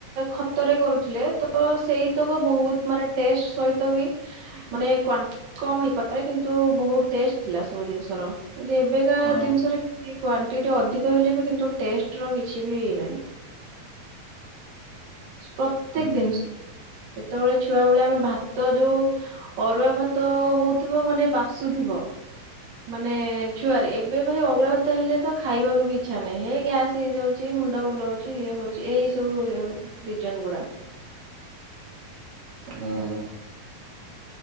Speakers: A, on the right; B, on the right.
A: ଖତରେ କରୁଥିଲେ ତ ସେଇ <unintelligible> ବହୁତ୍ ମାନେ ଟେଷ୍ଟ ସହିତ ବି ମାନେ କ୍ୟାଣ୍ଟ କାମ ହେଇପାରେ କିନ୍ତୁ ବହୁତ୍ ଟେ ଟେଷ୍ଟ ଥିଲା ସବୁ ଜିନିଷର କିନ୍ତୁ ଏବେକା
B: ହଁ
A: ଜିନିଷରେ କ୍ୟାଣ୍ଟିଟି ଅଧିକ ହେଲେ ବି କିନ୍ତୁ ଟେଷ୍ଟ ର କିଛି ବି ନାହିଁ। ପ୍ରତ୍ୟେକ
B: ହୁଁ
A: ଦିନ ସେତେବେଳେ ଛୁଆ ବେଳେ ଆମେ ଭାତ ଯୋଉ ଅରୁଆ ଭାତ ହଉଥିବ ମାନେ ବାସୁଥିବ। ମାନେ ଛୁଆରେ ଏବେ ଭାଇ ଅରୁଆ ଭାତ ହେଲେ। ତ ଖାଇବାକୁ ବି ଇଚ୍ଛା ନାହିଁ ହେ ଗ୍ୟାସ୍ ହେଇାଉଉଛି ମୁଣ୍ଡ ବୁଲଉଛି ଇଏ ହଉଛି ଏଇ ସବୁ ଜନଗୁଡ଼ା।
B: ହୁଁ।